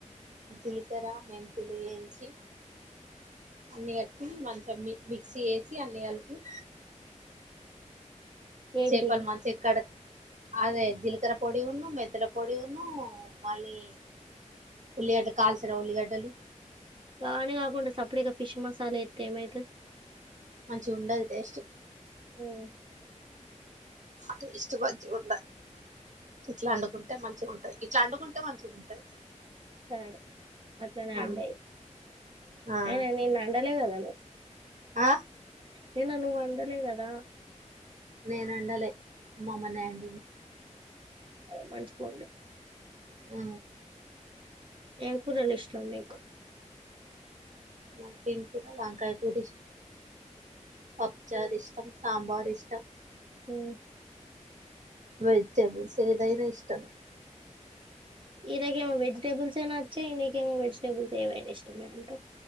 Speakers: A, on the right (about 70°); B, on the right (about 40°).
A: జీలకర మెంతులు యేంచి అన్ని కట్టి మంచిగ మి మిక్సీ ఎసి అన్నికల్ ఇ
B: ఏంటి
A: చేపల్ మంచిక్కడ అదే జీలకర పొడి ఉన్న మె త్తుల పొడిఉన్ను మళ్ళీ ఉల్లిగడ్డ కల్సిన ఉల్లిగడ్డలు
B: కానీ కాకుండా సపడేక ఫిష్ మసాలా ఎతే ఏమైతు
A: మంచిగ్ ఉండది టేస్ట్
B: ఉమ్
A: టేస్ట్ మంచిగ్ ఉండాలి ఇట్లా అండుకుంటే మంచిగ్ ఉంటది ఇట్లా అండుకుంటే మంచిగ్ ఉంటది
B: సరే అట్లనే
A: ఆ
B: అండేయ్
A: ఆ
B: అయిన నేను అండలే కద
A: ఆ
B: నిన్న నువ్ అండలే కదా
A: నెన్ అండలే మమ్మనే అండింది
B: అదే మంచిపోండి
A: ఆ
B: ఏం కూర న్డ్ ఇష్టం మిక్
A: మాక్ ఎం కూర వంకాయ కూర ఇష్టం పప్పచార్ ఇష్టం సాంబార్ ఇష్టం
B: హుమ్
A: వెజిటబుల్స్ ఏదైనా ఇష్టం
B: ఇలాకమో వెజిటేబుల్స్ ఏనా వచ్చాయి నీకేమో వెజిటేబుల్స్ ఏవనా ఇష్టం మే అంటు